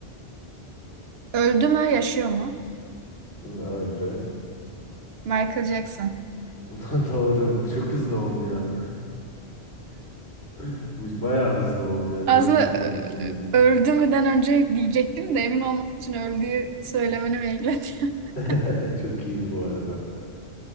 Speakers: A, on the right; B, on the left.
A: öldü mü? Yaşıyor mu?
B: Öldü.
A: Michael Jackson.
B: <laughs> Doğru. Bu çok hızlı oldu ya. <laughs> Bu bayağı hızlı oldu ya.
A: Aslında
B: Canım sıkıldı
A: ö-
B: şimdi.
A: öldü müden önce diyecektim de emin olmak için öldüğü söylemeni bekledim. <laughs>
B: <laughs> Çok iyiydi bu arada.